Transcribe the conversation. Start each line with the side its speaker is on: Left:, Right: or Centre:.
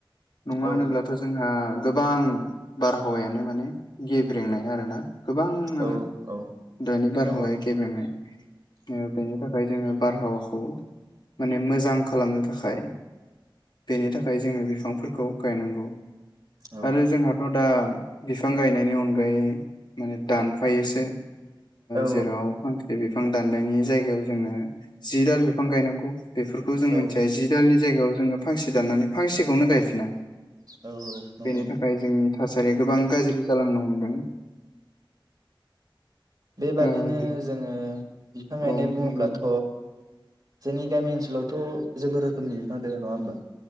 Left: नङा
Right: औ
Left: होनोब्लाथ' जोंहा गोबां बारहावायानो माने गेब्रेंनाय आर ना गोबाङानो
Right: औ औ
Left: दानि बारहावहाय
Right: नंगौ
Left: गेबेनाय बेनि थाखाय जोङो बारहावाखौ माने मोजां खालामनो थाखाय बेनि थाखाय जोङो बिफांफोरखौ गायनांगौ।
Right: औ
Left: आरो जोंहाथ' दा बिफां गायनायनि अनगायै माने दानफायोसो।
Right: औ
Left: जेराव फांसे बे बिफां दाननायनि जायगायाव जोंनो जि दाल बिफां गायनांगौ। बेफोरखौ जों मिथिया
Right: औ
Left: जि दालनि जायगायाव जोङो फांसे दाननानै फांसेखौनो गायफिना।
Right: औ नंगौ
Left: बेनि थाखाय जोंनि थासारिया गोबां गाज्रि जालांनो हमदों।
Right: बेबादिनो
Left: ओ दे
Right: जोङो बिफां गायनाय
Left: औ
Right: बुङोब्लाथ'
Left: नंगौ
Right: जोंनि गामि ओनसोलावथ' जेबो रोखोमनि बिफां दङ नङा होमबा